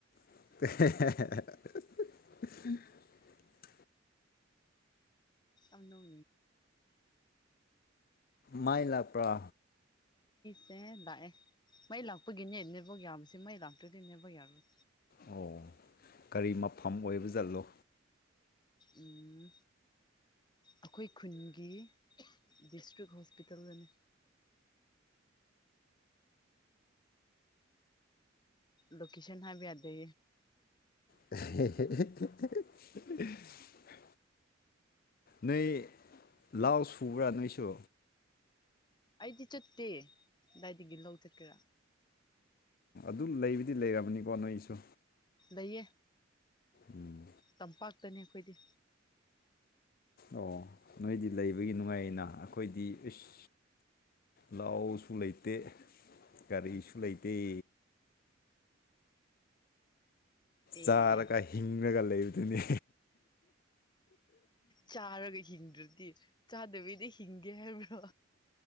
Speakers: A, on the left; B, on the left.
A: <unintelligible>
B: ꯑꯅꯧ
A: ꯃꯥꯏ ꯂꯥꯛꯄ꯭ꯔ
B: ꯁꯦ ꯂꯥꯛꯑꯦ ꯃꯩ ꯂꯥꯛꯄꯒꯤꯅꯦ ꯅꯦꯕꯣꯛ ꯌꯥꯁꯦ ꯃꯩ ꯂꯥꯛꯇꯣꯏꯗꯤꯅꯦꯕꯣꯛ ꯌꯥꯔꯣꯏ
A: ꯑꯣ ꯀꯔꯤ ꯃꯐꯝ ꯑꯣꯏꯕ ꯆꯠꯂꯣ
B: ꯎꯝ ꯑꯩꯈꯣꯏ ꯈꯨꯟꯒꯤ ꯗꯤꯁꯇ꯭ꯔꯤꯛ ꯍꯣꯁꯄꯤꯇꯥꯜꯗꯅꯤ ꯂꯣꯀꯦꯁꯟ ꯍꯥꯕꯤ ꯌꯥꯗ
A: ꯍ ꯅꯣꯏ ꯂꯥꯎ ꯁꯨ꯭ꯔꯥ ꯅꯣꯏꯁꯨ
B: ꯑꯩꯗꯤ ꯆꯠꯇꯦ ꯑꯗꯨꯗꯥꯏꯗꯒꯤ ꯂꯧ ꯆꯠꯀꯦ
A: ꯑꯗꯨ ꯂꯩꯕꯨꯗꯤ ꯂꯩꯔꯕꯅꯤꯀꯣ ꯅꯣꯏꯁꯨ
B: ꯇꯌꯦ
A: ꯎꯝ
B: ꯇꯝꯄꯥꯛꯇꯅꯦ ꯑꯩꯈꯣꯏꯗꯤ
A: ꯑꯣ ꯅꯣꯏꯗꯤ ꯂꯩꯕꯒꯤ ꯅꯨꯡꯉꯥꯏꯅ ꯑꯩꯈꯣꯏꯗꯤ ꯏꯁ ꯂꯅꯥꯎꯁꯨ ꯂꯩꯇꯦ ꯀꯒꯥꯔꯤꯁꯨ ꯂꯩꯇꯦ <unintelligible>
B: ꯑꯦ
A: ꯆꯥꯔꯒ ꯍꯤꯡꯉꯒ ꯂꯩꯕꯗꯨꯅꯤ
B: ꯆꯥꯔꯒ ꯍꯤꯡꯗ꯭ꯔꯗꯤ ꯆꯥꯗꯕꯤꯗꯤ ꯍꯤꯡꯒꯦ ꯍꯥꯏꯕ꯭ꯔꯣ